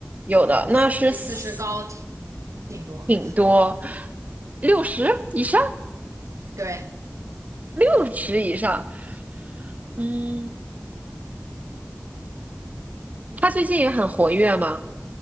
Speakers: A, on the right; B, on the right.
A: 有的，
B: 比比四十高挺
A: 那是四
B: 挺多。
A: 挺多，六十以上，
B: 对，
A: 六十以上。嗯，他最近也很活跃吗？